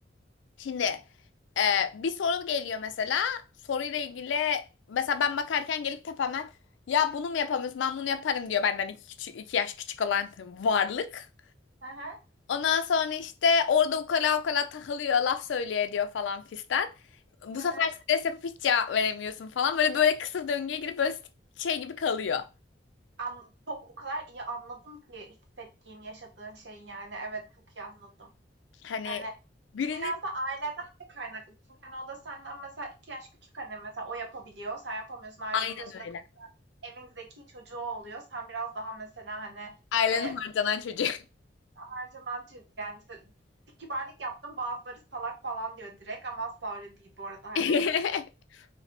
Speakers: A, on the left (about 85°); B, on the right (about 70°).
A: Şimdi e, bir soru geliyor mesela. Soruyla ilgili mesela ben bakarken gelip tepemden ya bunu mu yapamıyorsun ben bunu yaparım diyor benden iki, küçük, iki yaş küçük olan <laughs> varlık.
B: Hı hı,
A: Ondan sonra işte orada ukala ukala takılıyor laf söylüyor ediyor falan fistan. Bu
B: hı hı.
A: sefer stres yapıp hiç cevap veremiyorsun falan. Böyle böyle kısır döngüye girip böyle şey gibi kalıyor.
B: An çok o kadar iyi anladım ki hissettiğin, yaşadığın şeyi yani. Evet çok iyi anladım.
A: Hani
B: Yani
A: birinin
B: biraz da aileden de kaynaklı. Çünkü hani o da senden mesela iki yaş küçük hani mesela o yapabiliyor, sen yapamıyorsun. Ailenin
A: aynen
B: gözünde
A: öyle.
B: evin zeki çocuğu oluyor. Sen biraz daha mesela hani
A: Ailenin
B: e,
A: harcanan çocuğu.
B: her zaman ciddi yani işte kibarlık yaptım bazıları salak falan diyor direkt ama asla öyle değil bu arada hani
A: <laughs>